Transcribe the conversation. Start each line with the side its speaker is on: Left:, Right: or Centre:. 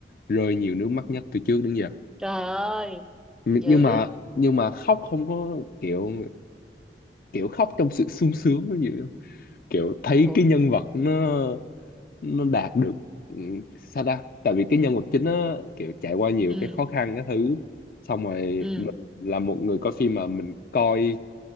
Left: rơi nhiều nước mắt nhất từ trước đến giờ
Centre: Trời ơi,
Left: Nh-
Centre: dữ.
Left: nhưng mà nhưng mà khóc không có kiểu kiểu khóc trong sự sung sướng nó nhiều kiểu thấy
Centre: Ủa.
Left: cái nhân vật nó nó đạt được ừ, sao ta tại vì cái nhân vật chính nó kiểu trải qua nhiều
Centre: Ừ,
Left: cái khó khăn cái thứ xong rồi
Centre: ừ,
Left: mình là một người coi phim mà mình coi